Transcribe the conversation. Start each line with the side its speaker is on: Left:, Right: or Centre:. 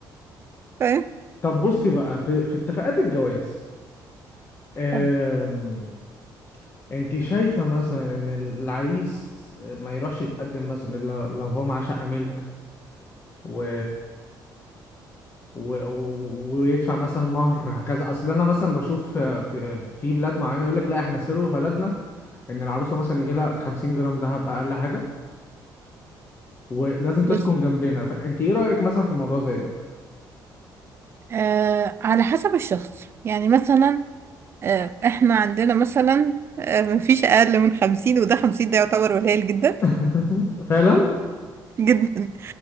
Right: فاهم
Left: طب بصي بقى في في اتفاقات الجواز أم...
Right: آه.
Left: انت شايفة مثلا ان العريس ما يروحش يتقدم مثلا إلا لو لو هو معاه شقة ملك و... و... و... ويدفع مثلا مهر كذا اصل انا مثلا بشوف في, في بلاد معينة يقول لك لا احنا سر بلدنا ان العروسة مثلا يجي لها 50 جرام دهب اقل حاجة ولازم
Right: بس
Left: تسكن جنبنا فانت ايه رأيك مثلا في موضوع زي ده
Right: آه على حسب الشخص يعني مثلا آه احنا عندنا مثلا آه مفيش اقل من خمسين وده خمسين ده يعتبر قليل جدا
Left: <laughs> فعلا
Right: <laughs> جدا